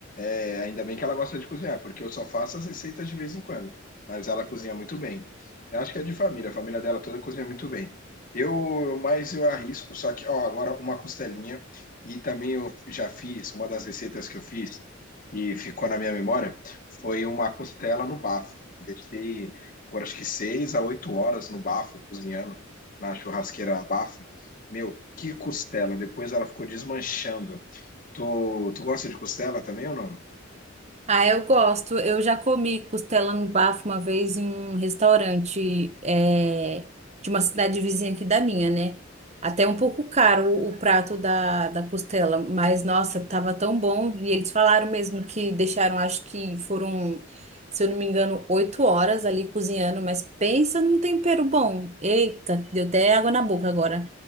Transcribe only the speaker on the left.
É, ainda bem que ela gosta de cozinhar, porque eu só faço as receitas de vez em quando. Mas ela cozinha muito bem. Eu acho que é de família, a família dela toda cozinha muito bem. Eu, mas eu arrisco, só que, ó, agora uma costelinha. E também eu já fiz, uma das receitas que eu fiz, que ficou na minha memória, foi uma costela no bafo. Deixei por acho que seis a oito horas no bafo, cozinhando, na churrasqueira a bafo. Meu, que costela! Depois ela ficou desmanchando. Tu, tu gosta de costela também ou não?